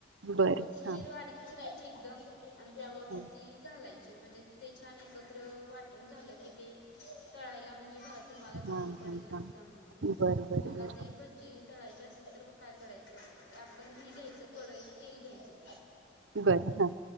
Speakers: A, on the right; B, on the left.
A: बरं
B: कोथिंबीर
A: हां
B: बारीक चिरायची एकदम आणि त्यावरून
A: हां
B: ती घालायची म्हणजे ते छान एकत्र वाटण झालं की किती तळायला म्हणजे घट्ट तुम्हाला चांगलं
A: हां
B: पडेल
A: हां
B: ना
A: हां
B: त्यामुळे
A: बरं बरं
B: मग आता
A: बरं
B: ही भजी तळायची असेल तर मग काय करता आपण हे घ्यायचं कडईत तेल घ्यायच हो
A: बरं हां